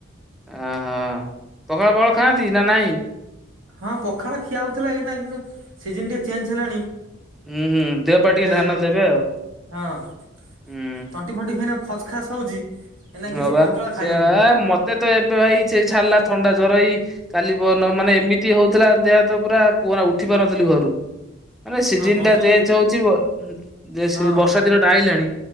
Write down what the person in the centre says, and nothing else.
ଓହୋ ପଖାଳ ଫକାଳ ଖାଆନ୍ତି ନା, ନାଇଁ?
ହୁଁ ହୁଁ ଦେହ ପା
ଟିକେ ଧ୍ୟାନ ଦେବେ ଆଉ
ହୁଁ
ହଁ,
ବା
ସେଆ-ଆ
ମତେ ତ ଏବେ ଭାଇ, ସେଇ ଛାଡିଲା ଥଣ୍ଡା ଜର ହେଇ କାଲି ପନ ମାନେ ଏମିତି ହଉଥୁ ଥିଲା, ଦେହ ତ ପୁରା କୁହନା ଉଠି ପାରୁନଥିଲି ଘରୁ ମାନେ ସିଜନ୍
ଟା ଚେଞ୍ଜ
ହଉଛି, ବ ଯେ ସେ
ବର୍ଷା ଦିନ ଟା ଆଇଲାଣି!